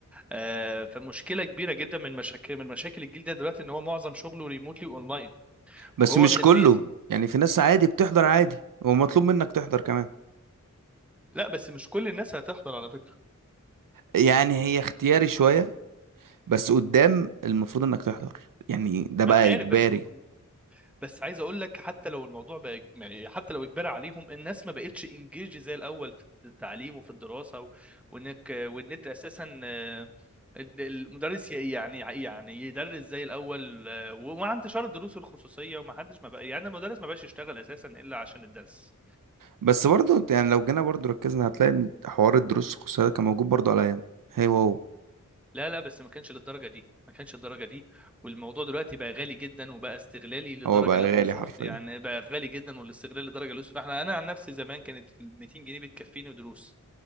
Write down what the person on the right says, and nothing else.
بس
مش
كله
يعني في ناس عادي بتحضر عادي ومطلوب منك تحضر كمان
يعني هي اختياري شوية بس قدام المفروض انك تحضر يعني ده بقى
اجباري
بس برضو يعني لو جينا برضو ركزنا هتلاقي ان حوار الدروس الخصوصية ده كان موجود برضو على ايام هي هو
هو بقى
غالي
حرفيا